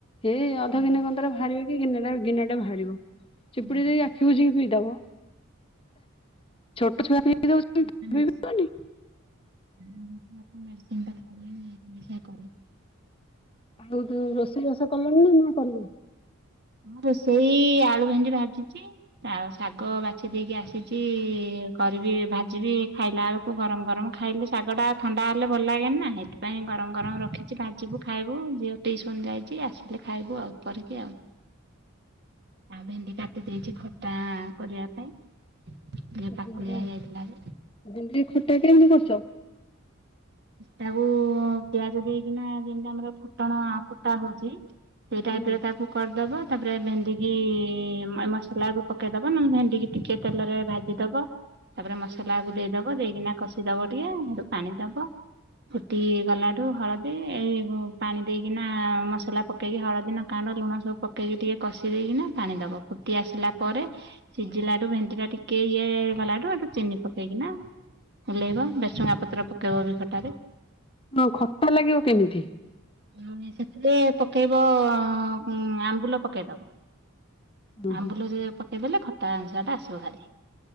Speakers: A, on the left; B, on the right.
A: ଏଇ ଅଧ ଦିନ କନ୍ଦରେ ଭା ବାହାରିବକି ଗିନାଟେ ଗିନଟା ବାହାରିବ। ଚିପୁଡ଼ି
B: ହୁଁ
A: ଦେଇ ଆଖି ବୁଜିକି ପି ଦବ। ଛୋଟ ଛୁଆ ପିଇ ଦଉଚନ୍ତି ତମେ
B: ହୁଁ।
A: ପିଇ ପାରିବନି।
B: <unintelligible>
A: ଆଉ ତୁ ରୋଷେଇବାଷ କଲୁଣି ନା ନା କରିନୁ।
B: ହଁ ରୋଷେଇ ଆଳୁ ଭେଣ୍ଡି ଭାଜିଚି ଆଉ ଶାଗ ବାଛି ଦେଇକି ଆସିଚି କରିବି ଭାଜିବି ଖାଇଲା ଆଳୁକୁ ଗରମ ଗରମ ଖାଇଲେ ଶାଗ ଟା ଥଣ୍ଡା ହେଲେ ଭଲ ଲାଗେନି ନା ହେଇଥିପାଇଁ ଗରମ ଗରମ ରଖିଛି ଭାଜିବୁ ଖାଇବୁ ଝିଅ ଟିସନ ଯାଇଚି ଆସିଲେ ଖାଇବୁ ଆଉ କରିକି ଆଉ। ଆଉ ଭେଣ୍ଡି କାଟି ଦେଇେଇଚି ଖ। ଟା କରିବା ପାଇଁ। ଝିଅ
A: ଭେଣ୍ଡି
B: ପାକୁଳିଆ ହେଇଯାଇଥିଲା ଯେ
A: ଭେଣ୍ଡି ଖ <unintelligible> କରୁଚ।
B: ତାକୁ ପିଆଜ ଦେଇକିନା ଯେମିତି ଆମର ଫୁଟଣ ଫୁଟା ହଉଚି ସେଇ ଟାଇପ
A: ହୁଁ ମୁଁ
B: ରେ ତାକୁ କରିଦବ ତାପରେ ଭେଣ୍ଡି କି ମା ମସଲାକୁ ପକେଇ ଦବା ନହେଲେ ଭେଣ୍ଡିିକି ଟିକେ ତେଲରେ ଭାଜି ଦବା ତାପରେ ମସଲାକୁ ଦେଇଦବ ଦେଇକିନା କଷିଦବ ଟିକେ ହେଟୁ ପାଣି ଦବ ଫୁଟି ଗଲାଠୁ ହଳଦୀ ଏଇ ପାଣି ଦେଇକିନା ମସଲା ପକେଇକି ହଳଦୀ ନଙ୍କାଗୁଣ୍ଡ ଲୁଣ ସବୁ ପକେଇକି ଟିକେ କଷି ଦେଇକିନା ପାଣି ଦବ ଫୁଟି ଆସିଲା ପରେ ସିଝିଲାଠୁ ଭେଣ୍ଡି ଟା ଟିକେ ଇଏ ଗଲାଠୁ ହେଟୁ ଚିନି ପକେଇକିନା ଓଲ୍ହେଇବ ଭେସୁଙ୍ଗା ପତ୍ର ପକେଇବ ବି ଖଟାରେ
A: ହଁ ଖଟା ଲାଗିବ କେମିତି।
B: ମିଳୁନି ସେଥିରେ ପକେଇବ କ ଆମ୍ବୁଲ ପକେଇଦବ।
A: ଓହୋ
B: ଆମ୍ବୁଲ ଯେବେ ପକେଇଦେଲେ ଖ ତା ଅନୁସାଟା ଆସୁ ଭାରି।